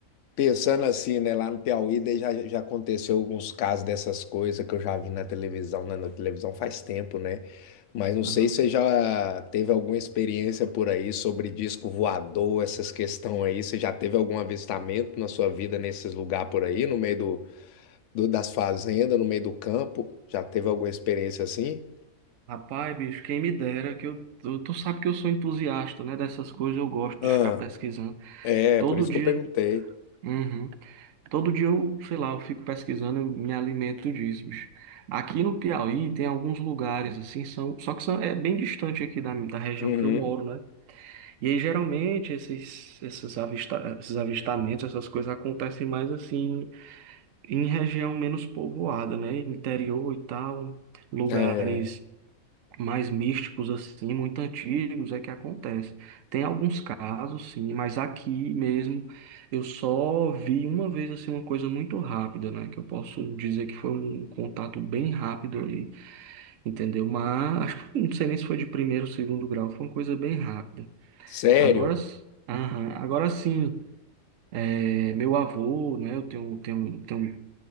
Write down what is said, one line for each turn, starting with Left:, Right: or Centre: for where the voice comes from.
Left: pensando assim, né, lá no Piauí, daí já, já aconteceu alguns casos dessas coisas que eu já vi na televisão, na, na televisão faz tempo, né? Mas não sei
Right: aham.
Left: se você já teve alguma experiência por aí sobre disco voador, essas questões aí. Você já teve algum avistamento na sua vida nesses lugares por aí, no meio do do- das fazendas no meio do campo? Já teve alguma experiência assim?
Right: Rapaz, bicho, quem me dera que eu. Tu, tu sabe que eu sou entusiasta, né? Dessas coisas eu gosto
Left: Ah,
Right: de ficar pesquisando.
Left: é,
Right: Todo
Left: por isso
Right: dia.
Left: que eu perguntei.
Right: Uhum. Todo dia eu, sei lá, eu fico pesquisando, eu me alimento disso, bicho. Aqui no Piauí tem alguns lugares, assim, são. Só que são, é bem distante aqui da, da região
Left: Uhum,
Right: que eu moro, né? E aí, geralmente, esses, esses, avista- esses avistamentos, essas coisas acontecem mais assim em região menos povoada, né? Interior e tal, lugares
Left: é,
Right: mais místicos, assim, muito antigos, é que acontece. Tem alguns casos, sim, mas aqui mesmo eu só vi uma vez assim uma coisa muito rápida, né? Que eu posso dizer que foi um contato bem rápido ali, entendeu? Mas acho que não sei nem se foi de primeiro ou segundo grau, foi uma coisa bem rápida.
Left: sério?
Right: Agora, s- aham, agora sim, é, meu avô, né? Eu tenho, tenho, tenho